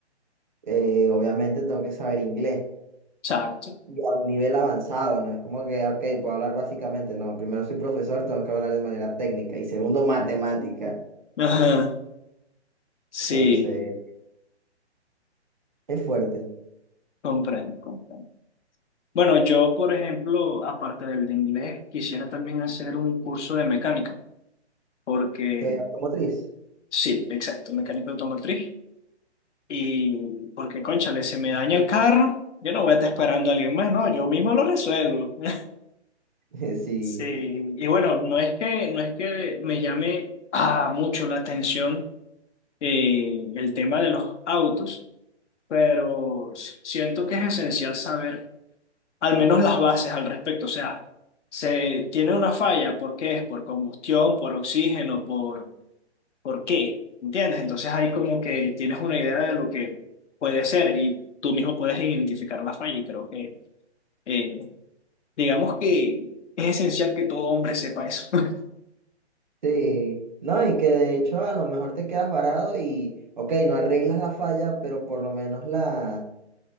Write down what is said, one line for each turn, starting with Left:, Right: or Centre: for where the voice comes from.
Right: Eh, obviamente tengo que saber inglés
Left: exacto.
Right: y a un nivel avanzado, no es como que, ok, puedo hablar básicamente, no, primero soy profesor, tengo que hablar de manera técnica y segundo, matemática.
Left: Ajá, sí.
Right: Entonces, es fuerte.
Left: Comprendo, comprendo. Bueno, yo, por ejemplo, aparte del de inglés, quisiera también hacer un curso de mecánica, porque
Right: Eh, automotriz,
Left: sí, exacto, mecánico automotriz. Y porque, cónchale, se me daña el carro, yo no voy a estar esperando a alguien más, no, yo mismo lo resuelvo. <laughs>
Right: <laughs> sí,
Left: Sí, y bueno, no es que, no es que me llame ah, mucho la atención eh, el tema de los autos, pero s- siento que es esencial saber al menos las bases al respecto. O sea, se tiene una falla, ¿por qué es? ¿Por combustión, por oxígeno, por, por qué? ¿Entiendes? Entonces ahí como que tienes una idea de lo que puede ser y tú mismo puedes identificar la falla y creo que, eh, digamos que es esencial que todo hombre sepa eso. <laughs>
Right: Sí, no, y que de hecho a lo mejor te quedas varado y, ok, no arreglas la falla, pero por lo menos la,